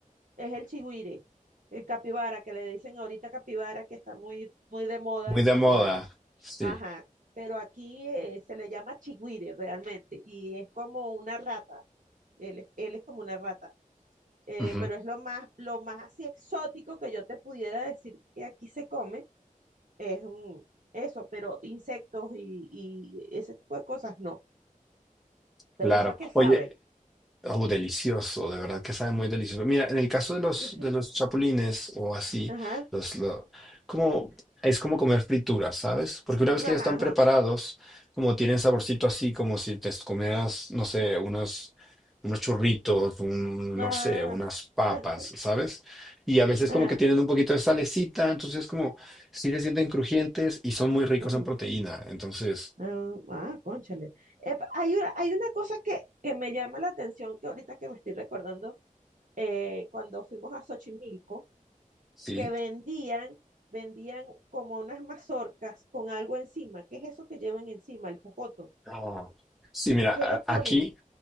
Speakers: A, on the right; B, in the centre.
A: es el chigüire, el capibara, que le dicen ahorita capibara, que está muy, muy de moda
B: Muy
A: el
B: de
A: capibara.
B: moda, sí.
A: Ajá, pero aquí eh, se le llama chigüire realmente y es como una rata, él, es- él es como una rata, Eh,
B: Ujú,
A: pero es lo más, lo más así exótico que yo te pudiera decir que aquí se come, es un, eso, pero insectos y, y ese tipo de cosas no.
B: claro.
A: Pero eso a qué sabe.
B: Oye, Oh, delicioso, de verdad que sabe muy delicioso. Mira, en el caso de los,
A: <laughs>
B: de los chapulines o así,
A: Ajá.
B: los, lo- como, es como comer frituras, ¿sabes? Porque una vez
A: Ajá,
B: que ya están
A: ajá,
B: preparados, como tienen saborcito así, como si te comieras, no sé, unos, unos churritos, un,
A: ajá,
B: no sé, unas papas,
A: <laughs>
B: ¿sabes? Y a veces
A: ajá,
B: como que tienen un poquito de salecita, entonces como sí se sienten crujientes y son muy ricos
A: ujú,
B: en proteína. Entonces,
A: ah, ah, cónchale. Epa, hay una, hay una cosa que, que me llama la atención que ahorita que me estoy recordando, eh, cuando fuimos a Xochimilco,
B: sí.
A: que vendían, vendían como unas mazorcas con algo encima. ¿Qué es eso que llevan encima? El jocoto.
B: Ah. Sí, mira,
A: ¿Qué
B: a-
A: le ponen?
B: aquí.